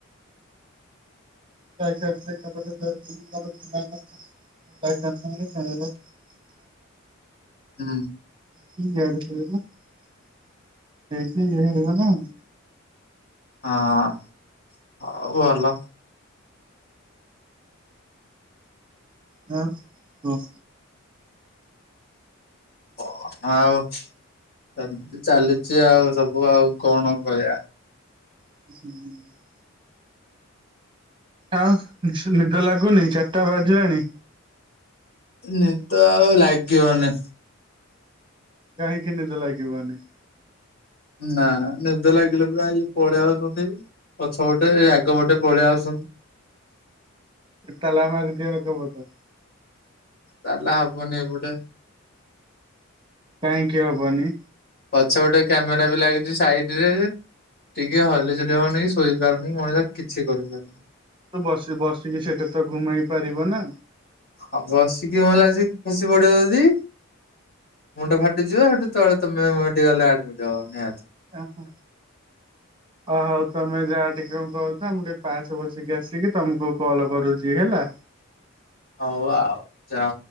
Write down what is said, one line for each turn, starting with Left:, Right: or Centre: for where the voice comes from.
Right: <unintelligible>
Left: ହୁଁ।
Right: କି ଇଆଡୁ <unintelligible>
Left: ହଁ, ହଉ ଭଲ।
Right: ନା-ହଁ
Left: ଓ ଆଉ ସେମିତି ଚାଲିଛି ଆଉ ସବୁ ଆଉ କଣ କହିବା।
Right: ହୁଁଁ-ଉଁ-ଉ ଆଉ ନିସ-ନିଦ ଲାଗୁନି ଚାର୍ ଟା ବାଜିଲାଣି?
Left: ନିଦ ଆଉ ଲାଗିବନି।
Right: କାହିଁକିି ନିଦ ଲାଗିବନି?
Left: ନା, ନା ନିଦ ଲାଗିଲେ ପୁରା ଇଏ ପଳେଇଆ ଆଉଛନ୍ତି ପଛ ପଟେ ଏ ଆ ଆଗ ପଟେ ପଳେଇ ଆସନ୍ତି।
Right: ତାଲା ମାରିଦିଅ ଆଗ ପଟେ।
Left: ତାଲା ହବନି ଏ ପଟେ।
Right: କାହିଁକି ହବନି?
Left: ପଛ ପଟେ କ୍ୟାମେରା ବି ଲାଗିଛି ସାଇଡ୍ ରେ ଟିକେ ହଲି ଚୁଲି ହବନି ଶୋଇପାରୁନି ମଣିଷ କିଛି କରିପାରୁ
Right: ତୁ ବସି ବସିକି ସେଟା ତ ଘୁମେଇ ପାରିବ ନା?
Left: ଆଉ ବସିକି ଭଲା ଖସି ପଡିବ ଯଦି ମୁଣ୍ଡ ଫାଟିଯିବ ହେଠୁ ତଳେ ତମେ ମେଡିକାଲ ରେ ଆଡମିଟ୍ ହବ ନିହାତି।
Right: ଓଃ ଓ ହୋଉ ତମେ ଯାଆ ଟିକେ କଣ କ <unintelligible> ମୁଁ ଟିକେ ପାସ ବସିକି ଆସିକି ତମକୁ କଲ କରୁଚି ହେଲା।
Left: ହୋଉ ଆଉ ଯାଅ।